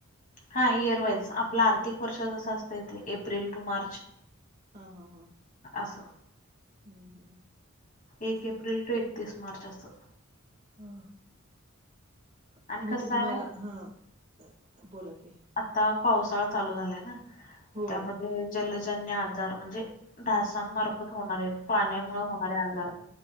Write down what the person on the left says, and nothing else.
हां इयरवाईज आपलं आर्थिक वर्ष जसं असतंय तेे एप्रिल टू मार्च.
असं
एक
एप्रिल ते एकतीस मार्च असं.
आणि
कसं
आहे
आता पावसाळा चालू झालायंना
त्यांमध्ये जलजन्य आजार म्हंजे डासांमार्फत होणारे पाण्यामुळे होणारे आजार